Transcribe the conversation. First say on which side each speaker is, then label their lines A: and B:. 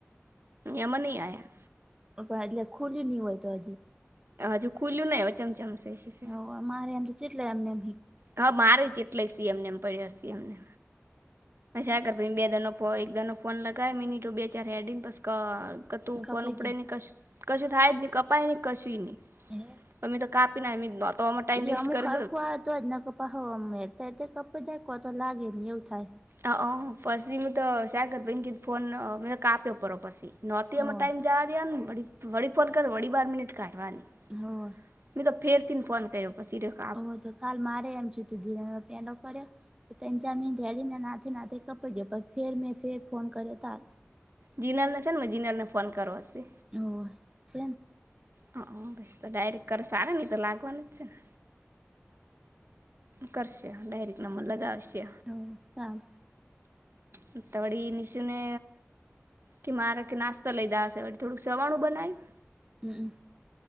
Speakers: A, on the right; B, on the right.
A: એમ નહી આયા
B: પણ એટલે ખુલ્લી્યું નહી હોય તો હજી
A: હજુ ખુલું ને એવે ચમચમચ એ
B: હ અમારે એમ તો ચેટલે એમનેમ
A: હા મારે જ એટલે સીએમ ને એમ પડ્યા સીએમ ને મ કર ભ બે દર ન એકદ ન ફોન લગાવ મિનિટ બે ચાર હેડન પછી ક ક તુંન
B: હ કપાઈ
A: ઉપડે નને ક કશું થાય જ નહી કપાય નહી કશી નહી
B: ગયું
A: પણ મી તો કાપી ના તો ટાઈમ
B: એ
A: વેસ્ટ
B: અમુક
A: કરે
B: હરખું આવે તો જ ના કપા હોવા મળ અ ત્યારે કપે દખવા તો લાગે નહી એવું થાય
A: હ પછી મેું તો સાગરભઈ કે ફોન મે તો કાપ્યાો પડ પછી નહોતી
B: એવ
A: અમાર ટાઈમ જાડી વળી ફોન કર વળી બાર મિનિટ કાઢવાની
B: હ
A: મી તો ફેરથી ફોન કર્યો પછી રહ
B: ઓ તો કાલ મારે એમ છે તું ધીરા પેડ ફર્યો ત્રણ ચાર મિનિટ મેલીને નાથે નાથે કપય ગયો ફેર મેં ફેર ફોન કર્યો તાર
A: જીનલને છે નેં જીનલને ફોન કરવા હશે
B: હ સ
A: હ બસ તો ડાયરેક્ટ કર સાર નહ તો લાગવાનું જ છ કરશે ડાયરેક નંબર લગાવશે
B: હ ચાલ
A: હ તો વળી નિશુને કે મારે કે નાસ્તા લઈધા હશે થોડુંક સવાણું બનાયું
B: હમ